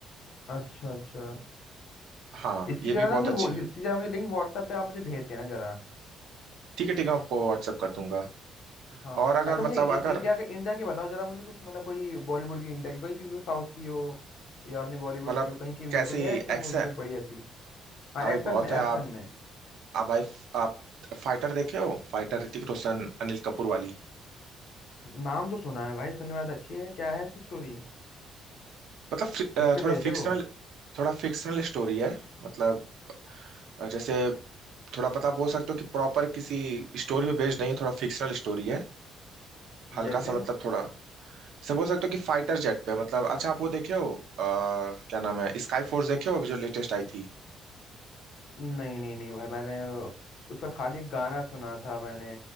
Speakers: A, on the left (about 70°); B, on the right (about 75°).
A: अच्छा अच्छा
B: हाँ
A: इसकी
B: ये
A: जरा
B: भी बहुत
A: ना मुझे
B: अच्छी
A: वो- इसकी जरा मुझे लिंक व्हाट्सएप पे आप मुझे भेज देना जरा
B: ठीक है ठीक है मैं आपको व्हाट्सअप कर दूंगा
A: हाँ
B: और अगर
A: अच्छा मुझे
B: मतलब
A: इन,
B: अगर
A: इंडिया के इंडिया की बताओ जरा मुझे कुछ मतलब कोई बॉलीवुड की इंडिया की कोई की भी हो साउथ की हो या अपने बॉलीवुड
B: मतलब
A: की हो कहीं की भी
B: कैसी
A: हो कोई है एक्शन
B: एक्शन
A: मूवी कोई बढ़िया सी हाँ
B: हाँ भाई
A: एक्शन
B: बहुत
A: में एक्शन
B: है आप
A: में
B: आप भाई आप फाइटर देखे हो फाइटर ऋतिक रोशन अनिल कपूर वाली
A: नाम तो सुना है भाई सुनने में बात अच्छी है क्या है उसकी स्टोरी
B: मतलब फ्रि- अ,
A: किस पे
B: थोड़ा
A: बेस्ड
B: फिक्शनल
A: है वो
B: थोड़ा फिक्शनल स्टोरी है मतलब अ, जैसे थोड़ा मतलब बोल सकते हो कि प्रॉपर किसी स्टोरी पे बेस्ड नहीं है थोड़ा फिक्शनल स्टोरी है हल्का
A: जैसे
B: सा मतलब थोड़ा जैसे बोल सकते हो कि फाइटर जेट पे मतलब अच्छा आप वो देखे हो अ, क्या नाम है स्काई फोर्स देखे हो जो लेटेस्ट आई थी
A: नहीं नहीं नहीं भाई मैंने उसका खाली एक गाना सुना था मैंने